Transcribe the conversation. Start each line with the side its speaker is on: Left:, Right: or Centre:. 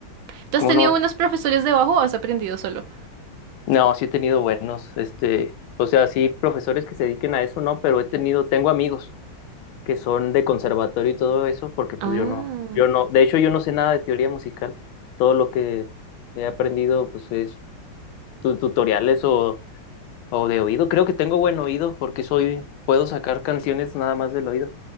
Right: ¿Tú has
Left: ¿Cómo
Right: tenido
Left: no?
Right: unos profesores de bajo o has aprendido solo?
Left: No, sí he tenido buenos, este, o sea, sí profesores que se dediquen a eso, no, pero he tenido, tengo amigos. que son de conservatorio y todo eso, porque pues
Right: Ah,
Left: yo no, yo no, de hecho yo no sé nada de teoría musical, todo lo que he aprendido pues es tu- tutoriales o, o de oído, creo que tengo buen oído porque soy, puedo sacar canciones nada más del oído,